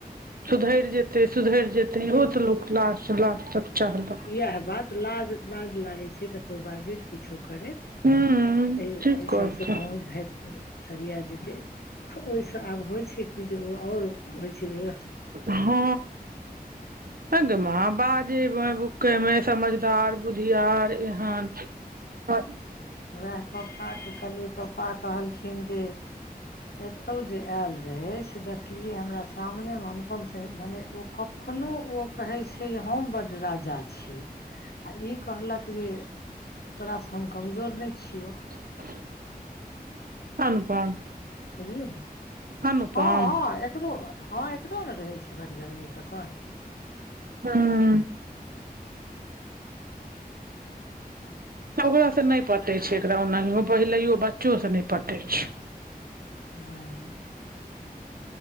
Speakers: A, on the right; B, on the left.
A: सुधेर जेतय तैय सुधेर जेतेय इहो तऽ लोक लास्ट लास्ट तक चाहलक।
B: इहा बात लाज लाज लागैत छैय कतहु बाजैत किछो करैत।
A: हूँ
B: एइ
A: ठीक
B: एइ
A: कहलकै
B: सबस कोनो धैर्य। सरिया जेतैय ओहिस आब होइ छैय कि जे ओ आओर होइ छैय
A: ह अइ गे माँ बाजेबमे भुकैयमे समझदार बुधियार ऐहन पर
B: वैह पपाक कहलियै पप्पा कहलखिन जे एतौ जे, आयल रहय से देखलियै हमरा सामनेमे अनुपम से भने ओ कप। कोनो ओ कहैय छैय हम बड राजा छी आ इ कहलक जे तोरास हम कमजोर नै छियौ।
A: <inaudible> अनुपम।
B: बुझलियै,
A: अनुपम
B: हँ हँ एकरो हँ एकरो ने रहै छै बड़ गरमी तखन
A: हुँ ओकरा सँ नहि पटै छै एकरा ओनाहियो, पहिलयो बच्चो से नहि पटै छै।
B: हँ <inaudible>